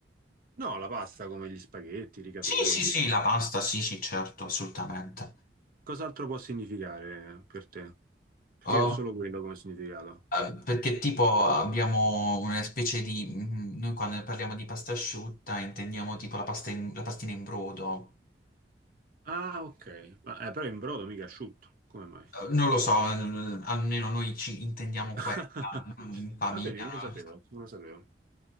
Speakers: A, on the right; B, on the left.
A: No, la pasta come gli spaghetti, i rigatoni.
B: Sì, sì, sì, la pasta, sì, sì, certo, assolutamente.
A: Cos'altro può significare per te? Perché
B: Um,
A: io ho solo quello come significato.
B: eh, perché tipo abbiamo una specie di... mm, Noi quando parliamo di pasta asciutta intendiamo tipo la pasta in- la pastina in brodo.
A: Ah, ok. Ma, eh, però in brodo mica asciutto. Come mai?
B: Eh, Non lo so, mm, almeno noi ci intendiamo
A: <laughs>
B: quella, mm, in famiglia.
A: Va bene, non lo sapevo,
B: no?
A: non lo sapevo.